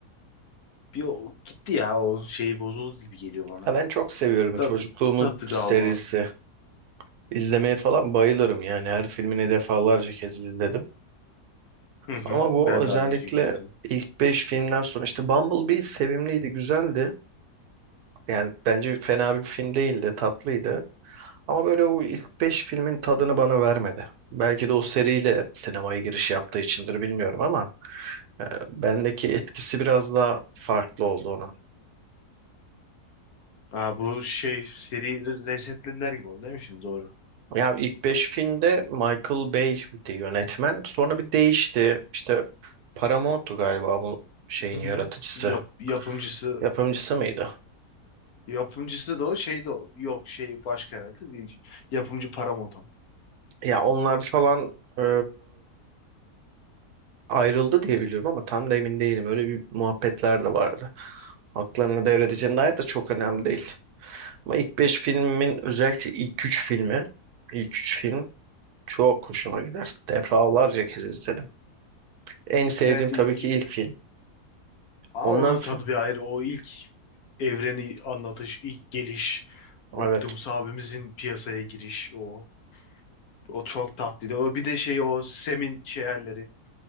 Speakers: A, on the left; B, on the right.
A: bir o, gitti ya o şey bozuldu gibi geliyor bana.
B: Ya ben çok seviyorum
A: Tat,
B: çocukluğumun
A: tadı
B: serisi.
A: kalma.
B: İzlemeye falan bayılırım yani her filmini defalarca kez izledim.
A: Hı hı.
B: Ama bu
A: Ben
B: özellikle
A: de aynı şekillerim.
B: ilk 5 filmden sonra işte Bumblebee sevimliydi, güzeldi. Yani bence fena bir film değildi, tatlıydı. Ama böyle o ilk 5 filmin tadını bana vermedi. Belki de o seriyle sinemaya giriş yaptığı içindir bilmiyorum ama e, bendeki etkisi biraz daha farklı oldu onun.
A: Aa, bu şey seri resetlediler gibi oldu değil mi şimdi? Doğru.
B: Ya ilk 5 filmde Michael Bay'di yönetmen. Sonra bir değişti. İşte Paramount'tu galiba bu şeyin
A: Hı
B: yaratıcısı.
A: hı. Yap, yapımcısı
B: Yapımcısı mıydı?
A: yapımcısı da o şey de o. Yok şey başka herhalde değil. Yapımcı Paramount ama.
B: Ya onlar falan e, ayrıldı diye biliyorum ama tam da emin değilim. Öyle bir muhabbetler de vardı. Haklarını devredeceğine dair de çok önemli değil. Ama ilk 5 filmin özellikle ilk üç filmi, ilk 3 film çok hoşuma gider. Defalarca kez izledim. En sevdiğim
A: Evet
B: tabii
A: ilk
B: ki
A: üç.
B: ilk film.
A: Aa,
B: Ondan
A: onun
B: sonra
A: tadı bir ayrı. O ilk evreni anlatış, ilk geliş, Optimus
B: evet.
A: abimizin piyasaya giriş o. O çok tatlıydı. O bir de şey o Sem'in şey halleri